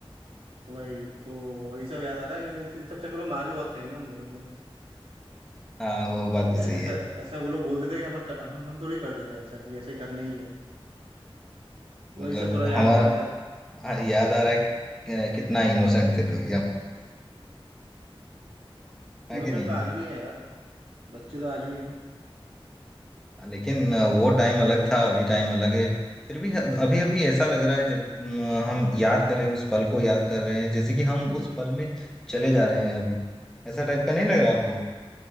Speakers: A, on the right (about 80°); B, in the centre.
A: वही तो वही सब याद आ रहा है क्योंकि इन सब चक्करों में मार भी बहुत खाई ना हम लोगों ने
B: हाँ वो बात
A: कि
B: तो
A: ऐ-
B: सही
A: ऐसा
B: है
A: ऐसा वो लोग बोलते थे कि अपन कर- हम हम थोड़ी करते थे ऐसा कि ऐसा ही करना ही है तो
B: मतलब
A: वही सब थोड़ा याद
B: हमारा
A: आ गया था
B: हाँ, याद आ रहा है कि- कितना इनोसेंट थे तो हम है
A: इनोसेंट
B: कि नहीं
A: तो आज भी है यार बच्चे तो आज भी हैं
B: लेकिन अ, वो टाइम अलग था अभी टाइम अलग है फिर भी अभी अभी ऐसा लग रहा है जब अ, हम याद कर रहे हैं उस पल को याद कर रहे हैं जैसे कि हम उस पल में चले जा रहे हैं अभी ऐसा टाइप का नहीं लग रहा आपको